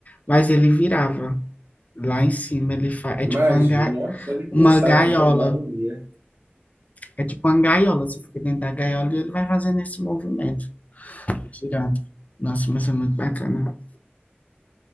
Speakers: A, on the left (about 40°); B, on the right (about 75°).
A: mas ele virava lá em cima. Ele fa... É
B: Imagina,
A: tipo uma, ga...
B: ó, só de pensar
A: uma gaiola.
B: que já me dá agonia.
A: É tipo uma gaiola. Você fica dentro da gaiola e ele vai fazendo esse movimento, girando. Nossa, mas é muito bacana.